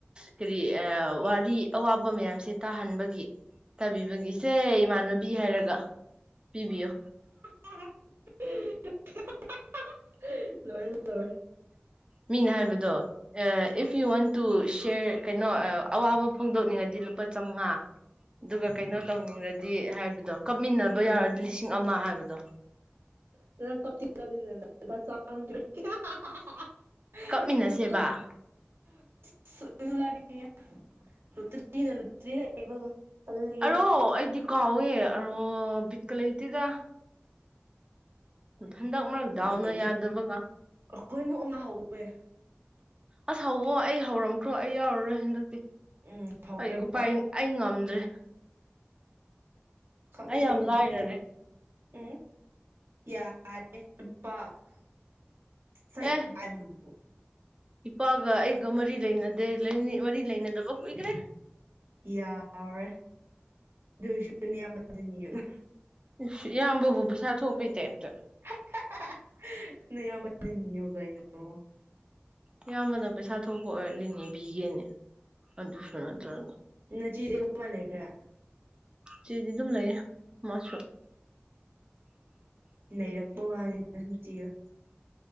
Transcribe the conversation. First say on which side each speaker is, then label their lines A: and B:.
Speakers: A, on the right; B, on the right.
A: ꯀꯔꯤ ꯋꯥꯔꯤ ꯑꯋꯥꯕ ꯃꯌꯥꯝꯁꯦ ꯇꯥꯍꯟꯕꯒꯤ꯫ ꯇꯥꯕꯤꯕꯒꯤꯁꯦ ꯏꯃꯥꯟꯅꯕꯤ ꯍꯥꯏꯔꯒ ꯄꯤꯕꯤꯌꯣ꯫
B: <unintelligible> ꯂꯣꯏꯔꯦ ꯂꯣꯏꯔꯦ꯫
A: ꯃꯤꯅ ꯍꯥꯏꯕꯗꯣ ꯏꯐ ꯌꯨ ꯋꯥꯟ ꯇꯨ ꯁꯤꯌꯔ ꯀꯩꯅꯣ ꯑꯋꯥꯕ ꯐꯣꯡꯗꯣꯛꯅꯤꯡꯉꯗꯤ ꯂꯨꯄꯥ ꯆꯥꯝꯃꯉꯥ꯫
B: <inaudible>
A: ꯑꯗꯨꯒ ꯀꯩꯅꯣ ꯇꯧꯅꯤꯡꯔꯗꯤ ꯍꯥꯏꯕꯗꯣ ꯀꯞꯃꯤꯟꯅꯕ
B: ꯎꯝ
A: ꯌꯥꯔꯗꯤ ꯂꯤꯁꯤꯡ ꯑꯃ ꯍꯥꯏꯕꯗꯣ꯫
B: <unintelligible> <unintelligible>
A: ꯀꯞꯃꯤꯟꯅꯁꯦꯕ
B: <unintelligible>
A: ꯅꯣ ꯑꯩꯗꯤ ꯀꯥꯎꯋꯦ ꯑꯔꯣ ꯕꯤꯠꯀ ꯂꯩꯇꯦꯗ꯫ ꯍꯟꯗꯛ ꯃꯔꯛ ꯗꯥꯎꯅ
B: ꯂꯩꯇꯦ
A: ꯌꯥꯗꯕꯒ꯫
B: ꯑꯩꯈꯣꯏ ꯃꯨꯛꯅ ꯍꯧꯋꯦ꯫
A: ꯑꯁ ꯍꯋꯣ ꯑꯩ ꯍꯧꯔꯝꯈ꯭ꯔꯣ ꯑꯩ ꯌꯥꯎꯔꯔꯣꯏ ꯍꯟꯗꯛꯇꯤ
B: ꯎꯝ ꯍꯧꯈ꯭ꯔꯦꯕ
A: ꯑꯩ ꯎꯄꯥꯏ ꯑꯩ ꯉꯝꯗ꯭ꯔꯦ
B: ꯈꯪꯗꯦ
A: ꯑꯩ ꯌꯥꯝ
B: ꯑꯩꯕꯨꯗꯤ
A: ꯂꯥꯏꯔꯔꯦ꯫
B: <unintelligible>
A: ꯑꯦ
B: ꯄꯥꯏꯕꯗꯨꯕꯨ
A: ꯏꯄꯥꯒ ꯑꯩꯒ ꯃꯔꯤ ꯂꯩꯅꯗꯦ ꯂꯩꯅꯤ ꯃꯔꯤ ꯂꯩꯅꯗꯕ ꯀꯨꯏꯈꯒꯔꯦ꯫
B: ꯌꯥꯎꯔꯦ ꯑꯗꯣꯏꯁꯨ꯫ <unintelligible>
A: ꯎꯁ ꯏꯌꯥꯝꯕꯕꯨ ꯄꯩꯁꯥ ꯊꯣꯛꯄꯩ ꯇꯥꯏꯞꯇ꯫
B: <unintelligible> ꯅꯌꯥꯝꯕꯗ ꯅꯤꯌꯣ ꯒꯥꯏꯅꯀꯣ꯫
A: ꯏꯌꯥꯝꯕꯅ ꯄꯩꯁꯥ ꯊꯣꯛꯄ ꯑꯣꯏꯔꯗꯤ ꯅꯤꯕꯤꯒꯦꯅꯦ ꯑꯗꯨꯁꯨ ꯅꯠꯇ꯭ꯔꯒ꯫
B: ꯅꯆꯦꯗꯤ ꯀꯔꯃꯥꯏ ꯂꯩꯈ꯭ꯔꯦ꯫
A: ꯏꯆꯦꯗꯤ ꯑꯗꯨꯝ ꯂꯩꯌꯦ ꯃꯥꯁꯨ꯫
B: ꯅꯩꯔꯛꯄ ꯋꯥꯅꯤꯗ ꯅꯆꯦꯗꫭ꯫